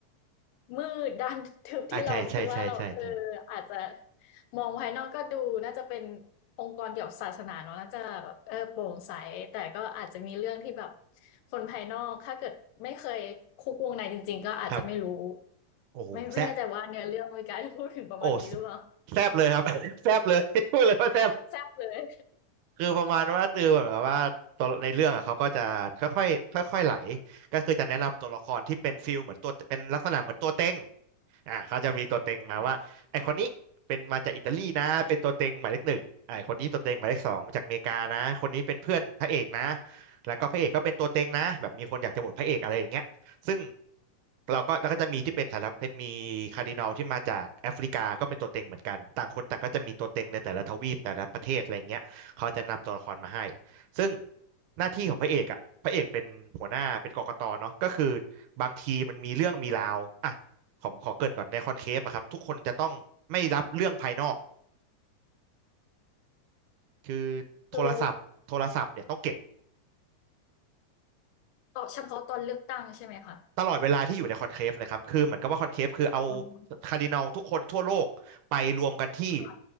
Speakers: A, on the left (about 85°); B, on the right (about 80°).
A: มืดด้านทึบที่เราคิดว่าเราเอออาจจะ
B: อ่าใช่ใช่ใช่ใช่ใช่
A: มองภายนอกก็ดูน่าจะเป็นองค์กรเกี่ยวกับศาสนาเนอะน่าจะแบบเออโปร่งใสแต่ก็อาจจะมีเรื่องที่แบบคนภายนอกถ้าเกิดไม่เคยคุกวงในจริงๆก็อาจจะไม่รู้
B: ครับโอ้โหแซบ
A: ไม่ไม่แน่ใจว่าเนื้อเรื่องมีการพูดถึงประมาณนี้หรือเปล่า
B: โอ้แซบเลยครับ <laughs> แซบเลย <laughs> พูดเลยว่าแซบ
A: <laughs> แซ่บเลย
B: คือประมาณว่าตือเหมือนกับว่าตัวในเรื่องอ่ะเขาก็จะค่อยๆค่อยๆไหลก็คือจะแนะนำตัวละครที่เป็นฟิลเหมือนตัวเป็นลักษณะเหมือนตัวเต็งอ่าเขาจะมีตัวเต็งมาว่าไอคนนี้เป็นมาจากอิตาลีนะเป็นตัวเต็งหมายเลขหนึ่งไอคนนี้ตัวเต็งหมายเลขสองมาจากอเมริกานะคนนี้เป็นเพื่อนพระเอกนะ
A: อืม
B: แล้วก็พระเอกก็เป็นตัวเต็งนะแบบมีคนอยากจะโหวตพระเอกอะไรอย่างเงี้ยซึ่งเราก็แล้วก็จะมีที่เป็นสารพัดมีคาร์ดินัลที่มาจากแอฟริกาก็เป็นตัวเต็งเหมือนกันต่างคนต่างก็จะมีตัวเต็งในแต่ละทวีปแต่ละประเทศอะไรเงี้ย เขาจะนำตัวละครมาให้ ซึ่งหน้าที่ของพระเอกอ่ะพระเอกเป็นหัวหน้าเป็นกกตเนาะก็คือบางทีมันมีเรื่องมีราวอ่ะผมขอเกริ่นก่อนในคอนเคปอะครับทุกคนจะต้องไม่รับเรื่องภายนอก คือโทรศัพท์โทรศัพท์เนี่ยต้องเก็บ
A: คือตอเฉพาะตอนเลือกตั้งใช่ไหมคะ
B: ตลอดเวลาที่อยู่ในคอนเคฟเลยครับคือเหมือนกับว่าคอนเคฟคือเอา
A: อืม
B: คาร์ดินัลทุกคนทั่วโลกไปรวมกันที่
A: ค่ะ